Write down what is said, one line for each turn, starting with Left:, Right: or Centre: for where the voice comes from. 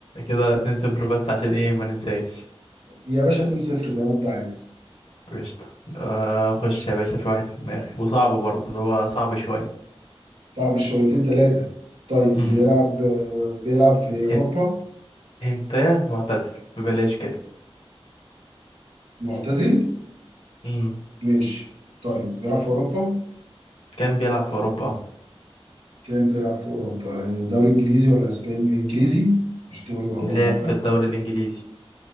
Left: كده 2-0 بس عشان ايه ما ننساش
Right: يا باشا 2-0 زي ما انت عايز
Left: قشطة آه، خش يا باشا في واحد في دماغي وصعب برضه اللي هو صعب شوية
Right: صعب شويتين ثلاثة طيب
Left: امم
Right: بيلعب آه، بيلعب في أوروبا
Left: هن- هنتايا معتزل ببلاش كده
Right: معتزل
Left: امم
Right: ماشي طيب بيلعب في أوروبا
Left: كان بيلعب في أوروبا
Right: كان بيلعب في أوروبا آه، دوري إنجليزي ولا أسباني إنجليزي مش تقول أو
Left: لعب
Right: أو لأ
Left: في الدوري الإنجليزي